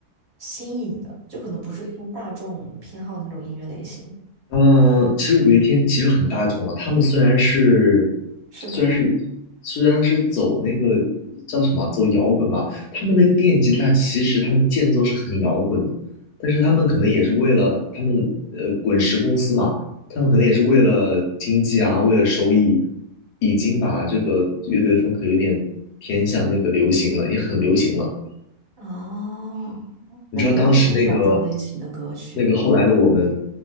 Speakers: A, on the right; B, on the left.
A: 新颖的，就可能不是偏大众偏好的那种音乐类型。
B: 嗯，其实五月天其实很大众啊。他们虽然是，
A: 是的，
B: 虽然是，虽然是走那个叫什么啊，走摇滚吧，他们那个电吉他其实他们的间奏是很摇滚的但是他们可能也是为了他们呃滚石公司嘛，他们可能也是为了经济啊，为了收益，已经把这个乐队的风格有点偏向那个流行了，也很流行了。
A: 哦，
B: 你知道当时那个
A: 那你会比较喜欢这种类型的歌曲？
B: 那个后来的我们